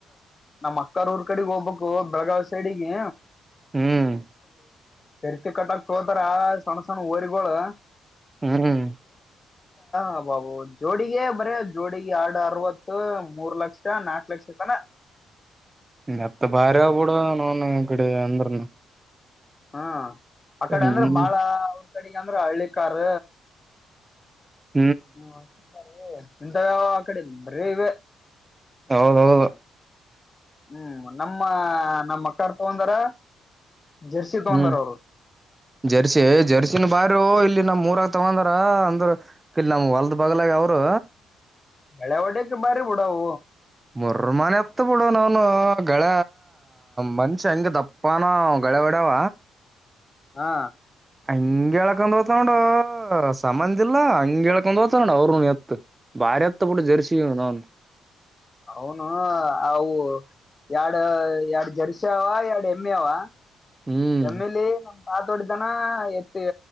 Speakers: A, on the left (about 30°); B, on the right (about 20°).
A: ನಮ್ಮ ಕೂರ್ ಕಡೆಗೆ ಹೋಗ್ಬೇಕು ಬೆಳಗಾವಿ ಸೈಡಿಗೆ
B: ಹ್ಮ್
A: ಚರ್ತಿ ಕಟ್ಟಕ್ ತೋತಾರ ಸಣ್ಣ ಸಣ್ಣ ಓರಿಗಏ
B: ಹ್ಮ್
A: ಹಬಬ ಜೋಡಿ ಬರೀ ಜೋಡಿಿಗೆ ಎರಡು ಅರವತ್ತು ಮೂರ್ ಲಕ್ಷ ನಾಕು ಲಕ್ಷ ಐತಾನ
B: ಅತ್ತ ಭಾರ್ಯ ಕೂಡ ನನ ಇಡೆ ಅಂದ್ರನು
A: ಹ್ಮ ಆ ಕಡೆ
B: ಹ್ಮ್
A: ಅಂದ್ರೆ ಬಾಳ ಅವ್ರ ಕಡೆಗ ಅಂದ್ರೆ ಹಳ್ಳಿಿಕಾರ್
B: ಹ್ಮ
A: ಹ ಎಂತ ಯ ಆ ಕಡೆ ಬರ ಇವೆ
B: ಹೌದೌದು
A: ಹ್ಮ್ ನಮ್ಮ ನಮ್ಮ ಅಕ್ಕಾರ್ ತಗೊಂಡಾರ ಜರ್ಸಿ ತಗೊಂಡಾರ
B: ಹ್ಮ್
A: ಅವ್ರು
B: ಜರ್ಸಿ ಜರ್ಸಿನ ಬಾರ ಇ ಇಲ್ಲಿ ನಮ್ ಮೂರ ಆಗ್ತಗಂದ್ರ ಅಂದ್ರ ಇಲ್ ನಮ್ ಹೊಲ್ದ ಬಗ್ಲಾಗ ಅವರು
A: ಬೆಳೆಾವಡೆಕ್ಕೆ ಬಾರಿ ಬುಡಾವ
B: ಮರ್ಮನೆ ಹತ್ ಬಿಡು ನನು ಗಳ ಮನ್ಷ ಹಂಗ ದಪ್ಪಾನ ಕೆಳವಡಾವ
A: ಹಾ
B: ಹಂಗ ಹೇಳೇಕೊಂಡ್ ಓತಾನೋೊಂಡ ಸಂಬಂದ ಇಿಲ್ಲಾ ಹಂಗ ಹೇಳ್ಕೊಂಡ್ ಓತೋೊಂಡ ಅವರುೂ ಎತ್ ಭಾರಿತ್ತ ಪುಡ ಜರ್ಸಿ ನೋನ್
A: ಹೌನು ಅವವು ಎರಡ್ ಎರಡ್ ಜರ್ಸ ಅವ ಎರಡ್ ಹೆಮ್ಮೆ ಅವ
B: ಹ್ಮ್
A: ಎಮ್ಮಿಲಿ ನಮ್ ತಾತೋಡ್ದನ ಎತ್ತಿ